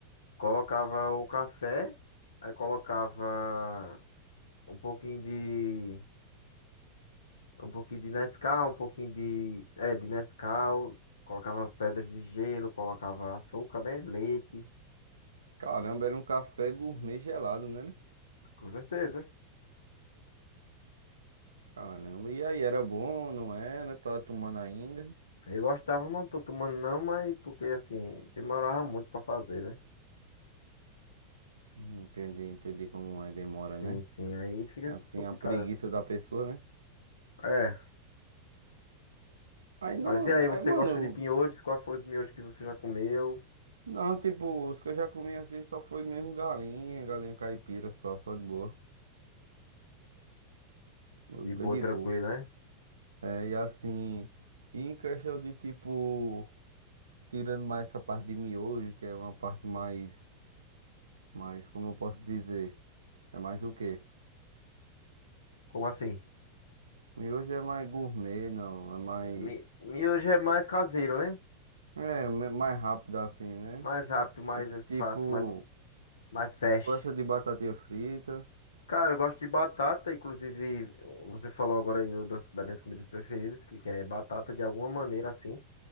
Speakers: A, on the left; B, on the right.
A: Colocava o café, aí colocava um pouquinho de Um pouquinho de Nescau, um pouquinho de. É, de Nescau. Colocava pedras de gelo, colocava açúcar, né? Leite.
B: Caramba, era um café gourmet gelado, né?
A: Com certeza.
B: Caramba. E aí, era bom, não era? Tá tomando ainda?
A: Eu gostava, mas não tô tomando não, mas porque assim, demorava muito pra fazer, né?
B: Hum, Entendi, entendi como é, demora, né?
A: Sim, sim, aí fica
B: É assim,
A: complicado.
B: a preguiça da pessoa, né?
A: É,
B: Aí não,
A: mas e aí,
B: mas
A: você
B: mano,
A: gosta de pinhões? Qual foi os miojos que você já comeu?
B: não, tipo, os que eu já comi assim só foi mesmo galinha, galinha caipira, só, só de boa. Bem
A: De boa,
B: de
A: tranquilo,
B: boa.
A: né?
B: É, e assim, e em questão de tipo, tirando mais essa parte de miojo, que é uma parte mais, mais, como eu posso dizer, é mais o quê?
A: Como assim?
B: Miojo é mais gourmet, não, é mais,
A: Mi- Miojo é mais caseiro, né?
B: é, me- mais rápido assim, né?
A: Mais rápido, mais
B: E tipo,
A: fácil, mais, mais fast.
B: eu gosto de batatinha frita,
A: Cara, eu gosto de batata, inclusive você falou agora aí do- das, das minhas comidas preferidas, que, que é batata de alguma maneira assim.